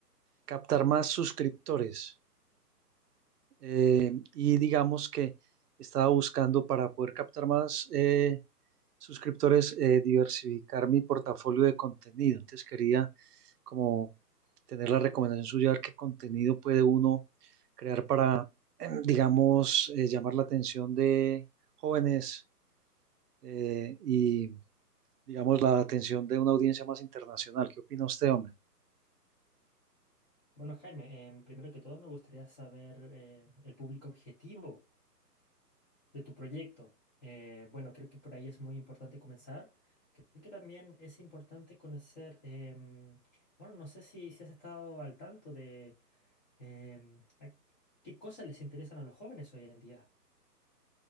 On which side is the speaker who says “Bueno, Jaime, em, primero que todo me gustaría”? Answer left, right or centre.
Left